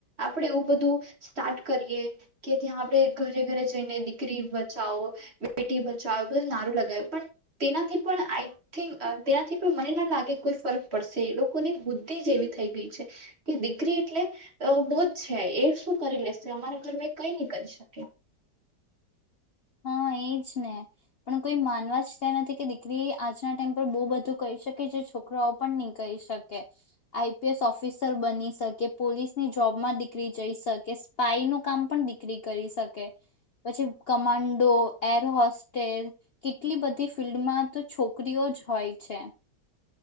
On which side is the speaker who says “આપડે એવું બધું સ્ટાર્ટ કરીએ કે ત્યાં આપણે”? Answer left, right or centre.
Right